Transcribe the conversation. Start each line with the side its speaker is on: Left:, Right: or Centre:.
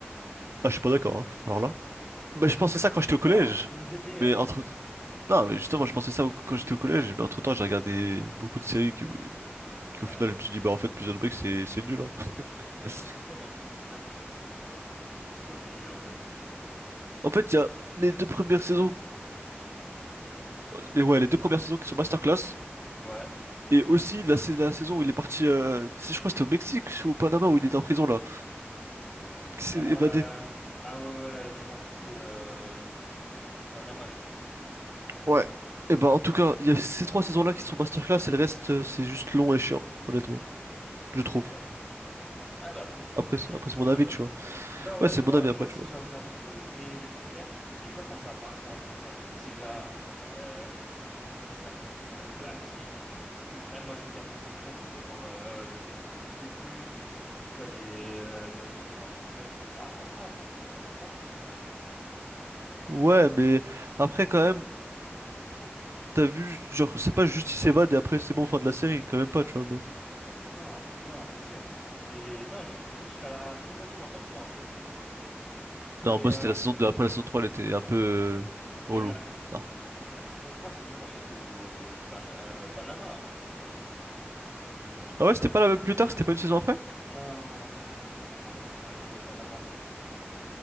Right: Ah, je suis pas d'accord, hein. Alors là. Bah, je pensais ça quand j'étais au collège.
Centre: Non, une des meilleures.
Right: Mais entre, Non, mais justement, je pensais ça au- quand j'étais au collège,
Centre: Ouais.
Right: mais entre-temps, j'ai regardé beaucoup de séries qui qu'au
Centre: Bah,
Right: final, je me suis dit, bah en fait, Prison Break, c'est c'est nul, hein. <laughs>
Centre: par exemple pour toi dans Prison Break, euh, c'est c'est quoi qui est nul en fait?
Right: En fait, il y a les deux premières saisons, les, ouais, les deux premières saisons qui sont masterclass,
Centre: Ouais.
Right: et aussi la, sa- la saison où il est parti, euh, tu sais, je crois que c'était au Mexique ou au Panama où il était en prison, là, qui s'est
Centre: Euh...
Right: évadé.
Centre: Ah ouais, ouais, je vois, c'était euh... Panama, je crois.
Right: Ouais. Et bah, en tout cas, il y a ces trois saisons-là qui sont masterclass, et le reste, euh, c'est juste long et chiant, honnêtement, je trouve.
Centre: Bah, ah, bah après, c'est
Right: Après,
Centre: c'est
Right: c'est-
Centre: un avis
Right: après
Centre: comme
Right: c'est mon avis,
Centre: un autre.
Right: tu vois.
Centre: Non, ouais,
Right: Ouais, c'est
Centre: moi,
Right: mon avis
Centre: moi
Right: après,
Centre: aussi,
Right: tu vois.
Centre: j'ai regardé que les, les premières. Et tu vois, quand ça a par- commencé à parler de Scylla, euh, comment ça, a- quand ça a commencé à parler de hacking et tout, eh, moi, je regarde Prison Break pour voir euh, des détenus, tu vois, des, euh, des retournements de situation. Pas, pas ça, moi. Moi, je veux pas ça.
Right: Ouais, mais après, quand même. T'as vu, genre, c'est pas juste il s'évade et après c'est bon, fin de la série, quand même pas, tu vois. Mais...
Centre: Non, non, bien sûr. Mais non, j'ai kiffé jusqu'à la saison 3 comme toi, un peu. Mais,
Right: Non, moi
Centre: euh,
Right: c'était la saison deux Après la saison trois elle était un peu euh,
Centre: et
Right: relou.
Centre: la,
Right: Ça.
Centre: la saison 3 c'était quand il était au, Pan- euh, au Panama, hein, je crois.
Right: Ah ouais, c'était pas la même plus tard, c'était pas une saison après?
Centre: Non, c'est- je crois que c'est quand, euh, quand il était au Panama.